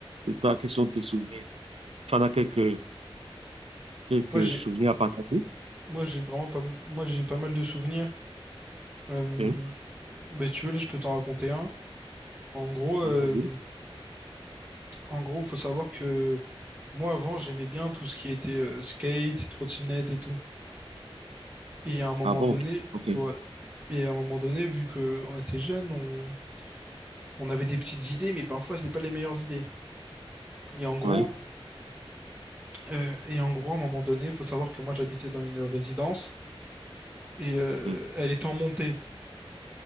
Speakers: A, on the right; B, on the right.
A: et toi, quels sont tes souvenirs? Tu en as quelques, quelques
B: Moi, j'ai
A: souvenirs à partager?
B: Moi, j'ai vraiment pas, m- moi, j'ai pas mal de souvenirs. Euh,
A: Hein
B: mais tu veux, là, je peux t'en raconter un. En gros, euh,
A: Vas-y.
B: en gros, faut savoir que moi, avant, j'aimais bien tout ce qui était euh, skate, trottinette et tout. Et à un moment
A: Ah bon?
B: donné,
A: OK.
B: ouais, et à un moment donné, vu que on était jeunes, on, on avait des petites idées, mais parfois, c'était pas les meilleures idées. Et en gros,
A: Ouais.
B: euh, et en gros, à un moment donné, faut savoir que moi, j'habitais dans une résidence et euh,
A: Hmm.
B: elle était en montée.